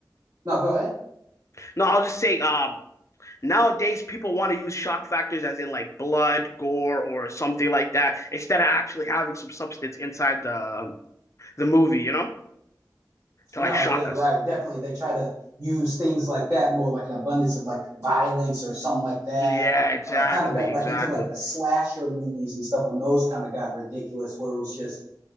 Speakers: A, on the right; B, on the left.
A: no, go ahead.
B: no, I'll just say, um, nowadays, people want to use shock factors as in like blood, gore, or something like that instead of actually having some substance inside the, um, the movie, you know, to
A: No,
B: like shock
A: yeah, right,
B: us.
A: definitely. They try to use things like that more like an abundance of like violence or something like that.
B: Yeah, exactly,
A: Uh, kind of back like
B: exactly,
A: into like the slasher movies and stuff when those kind of got ridiculous, where it was just